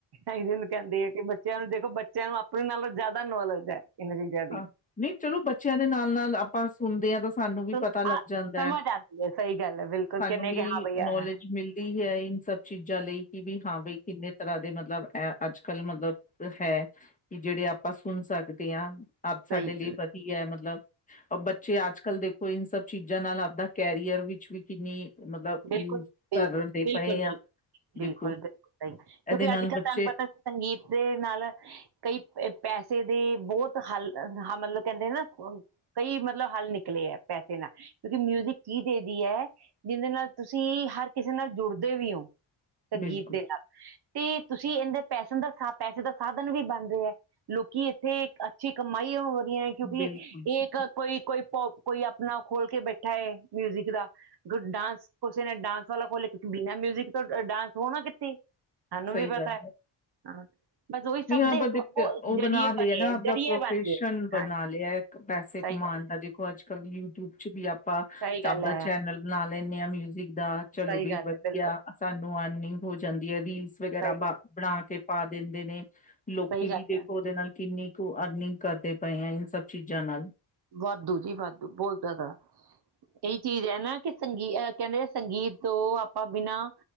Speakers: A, on the right; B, on the left.
A: ਇਹਨੂੰ ਕਹਿੰਦੇ ਆ ਕਿ ਬੱਚ ਬੱਚਿਆਂ ਨੂੰ ਦੇਖੋ ਬੱਚਿਆਂ ਨੂੰ ਆਪਣੇ ਨਾਲੋਂ ਜ਼ਿਆਦਾ ਨੌਲੇਜ ਹੈ। ਇਹਨਾਂ ਚੀਜ਼ਾਂ ਦੀ
B: ਹਹ ਨਹੀਂ ਚਲੋ ਬੱਚਿਆਂ ਦੇ ਨਾਲ-ਨਾਲ ਆਪਾਂ ਸੁਣਦੇ ਹਾਂ ਤਾਂ। ਸਾਨੂੰ ਵੀ
A: ਤਾਂ
B: ਪਤਾ ਲੱਗ
A: ਆ-
B: ਜਾਂਦਾ ਹੈ
A: ਸਮਝ ਆਉਂਦੀ ਹੈ ਸਹੀ ਗੱਲ ਹੈ ਬਿਲਕੁਲ
B: ਸਾਨੂੰ
A: ਕਹਿੰਦੇ
B: ਵੀ
A: ਕਿ ਹਾਂ ਭਈਆ
B: ਨੌਲੇਜ
A: ਹਾਂ
B: ਮਿਲਦੀ ਹੈ ਇਨ ਸਬ ਚੀਜ਼ਾਂ ਲਈ ਕਿ ਵੀ ਹਾਂ ਬਈ ਕਿੰਨੇ ਤਰ੍ਹਾਂ ਦੇ ਮਤਲਬ ਮਤਲਬ ਇਹ ਅੱਜ ਕੱਲ ਮਤਲਬ ਹੈ ਕਿ ਜਿਹੜੇ ਆਪਾਂ ਸੁਣ ਸਕਦੇ ਹਾਂ। ਆਪ
A: ਸਹੀ
B: ਸਾਡੇ ਲਈ
A: ਗੱਲ ਹੈ।
B: ਵਧੀਆ ਮਤਲਬ ਬੱਚੇ ਅੱਜ ਕੱਲ੍ਹ ਦੇਖੋ ਇਨ ਸਭ ਚੀਜਾਂ ਨਾਲ ਆਪਦਾ ਕੈਰੀਅਰ ਵਿੱਚ ਵੀ ਕਿੰਨੀ ਮਤਲਬ
A: ਬਿਲਕੁਲ-ਬਿਲਕੁਲ,
B: ਯੂਜ ਕਰਦੇ
A: ਬਿਲਕੁਲ-ਬਿਲਕੁਲ,
B: ਪਏ ਆ
A: ਬਿਲਕੁਲ-ਬਿਲਕੁਲ
B: ਦੇਖੋ
A: ਸਹੀ ਕਿਉਂਕਿ
B: ਇਹਦੇ ਨਾਲ
A: ਅੱਜ ਕੱਲ੍ਹ
B: ਬੱਚੇ
A: ਤੁਹਾਨੂੰ ਪਤਾ ਸੰਗੀਤ ਦੇ ਨਾਲ ਕਈ ਪੈਸੇ ਦੇ ਬਹੁਤ ਹੱਲ ਮਤਲਬ ਕਹਿੰਦੇ ਨਾ ਕਈ ਮਤਲਬ ਹੱਲ ਨਿਕਲੇ ਹੈ ਪੈਸੇ ਨਾਲ ਕਿਉਂਕਿ ਮਿਊਜ਼ਿਕ ਕੀ ਤੇਜ਼ੀ ਹੈ ਜਿਹਦੇ ਨਾਲ ਤੁਸੀਂ ਹਰ ਕਿਸੇ ਨਾਲ ਜੁੜਦੇ ਵੀ ਓ। ਸੰਗੀਤ
B: ਬਿਲਕੁਲ
A: ਦੇ ਨਾਲ ਤੇ ਤੁਸੀਂ ਇਹਦੇ ਪੈਸੇ ਦਾ ਸਾ ਪੈਸੇ ਦਾ ਸਾਧਨ ਵੀ ਬਣ ਰਹੇ ਹੈ ਲੋਕੀ ਇੱਥੇ ਅੱਛੀ ਮਾਈ ਹੋ ਰਹੀਆਂ ਕਿਉਂਕਿ
B: ਬਿਲਕੁਲ ਜੀ
A: ਇੱਕ ਕੋਈ ਕੋਈ ਕੋਈ ਆਪਣਾ ਖੋਲ ਕੇ ਬੈਠਾ ਹੈ ਮਿਊਜ਼ਿਕ ਦਾ ਗੁੱ ਡਾਂਸ ਕੁਛ। ਡਾਂਸ ਵਾਲਾ ਕੋਲ ਇੱਕ ਬਿਨਾਂ ਮਿਊਜ਼ਿਕ ਡਾਂਸ ਹੋ ਨਾ ਕਿੱਥੇ ਸਾਨੂੰ
B: ਸਹੀ
A: ਵੀ ਪਤਾ
B: ਗੱਲ
A: ਹੈ। ਹਾਂ। ਬਸ ਉਹੀ ਸਭ
B: ਨਹੀਂ ਹਾਂ
A: ਦੇ
B: ਆਪਾਂ
A: ਇੱਕ ਉਹ
B: ਓਹ ਬਣਾ
A: ਜਰੀਏ
B: ਲਿਆ
A: ਬਣੇ
B: ਨਾ
A: ਹੈ
B: ਆਪਦਾ
A: ਜਰੀਏ
B: ਪ੍ਰੋਫੈਸ਼ਨ
A: ਬਣ ਗਏ
B: ਬਣਾ
A: ਹਾਂ
B: ਲਿਆ ਪੈਸੇ
A: ਸਹੀ
B: ਕਮਾਉਣ
A: ਗੱਲ-
B: ਦਾ ਦੇਖੋ ਅੱਜ ਕੱਲ ਰੂਪ ਚ ਵੀ ਆਪ ਆਪਾਂ
A: ਸਹੀ ਗੱਲ
B: ਆਪਦਾ
A: ਹੈ
B: ਚੈਨਲ ਬਣਾ ਲ ਦੇਣੇ ਆ ਮਿਊਜ਼ਿਕ ਦਾ ਚਲੋ
A: ਸਹੀ
B: ਵੀ
A: ਗੱਲ
B: ਵਧੀਆ
A: ਹੈ ਬਿਲਕੁਲ
B: ਸਾਨੂੰ ਆਣੀ ਹੋ ਜਾਂਦੀ ਹੈ। ਵੀ ਵਗੈਰਾ
A: ਸਹੀ
B: ਬ
A: ਗੱਲ
B: ਬਣਾ ਕੇ ਪਾ ਦਿੰਦੇ ਨੇ ਲੋਕੀ
A: ਸਹੀ ਗੱਲ
B: ਵੀ ਦੇਖੋ
A: ਹੈ
B: ਉਹਦੇ ਨਾਲ ਕਿੰਨੀ ਤੂੰ ਅਰਨਿੰਗ ਕਰਦੇ ਪਏ ਆ ਇਹਨ ਸਭ ਚੀਜ਼ਾਂ ਨਾਲ।
A: ਵਾਧੂ ਜੀ ਵਾਧੂ ਬਹੁਤ ਜ਼ਿਆਦਾ ਇਹੀ ਚੀਜ਼ ਹੈ ਨਾ ਕੇ ਸੰਗੀ ਅਹ ਕਹਿੰਦੇ ਸੰਗੀਤ ਤੋਂ ਆਪਾਂ ਬਿਨਾਂ